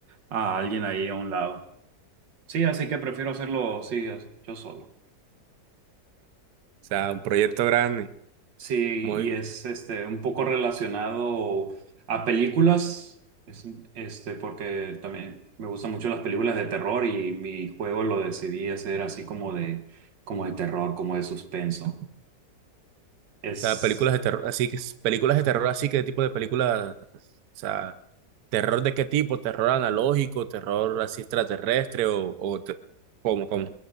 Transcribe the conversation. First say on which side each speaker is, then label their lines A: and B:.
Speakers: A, on the right; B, on the right.
A: a alguien ahí a un lado. Sí, así que prefiero hacerlo, sí, es- yo solo.
B: O sea, un proyecto grande.
A: Sí,
B: Muy,
A: y es este un poco relacionado a películas, es, este, porque también me gustan mucho las películas de terror y mi juego lo decidí hacer así como de, como de terror, como de suspenso. Es
B: Las películas de terror, así que, películas de terror, así, que ¿qué tipo de películas? O sea, ¿terror de qué tipo? ¿Terror analógico? ¿Terror así extraterrestre? ¿O, o te- cómo, cómo?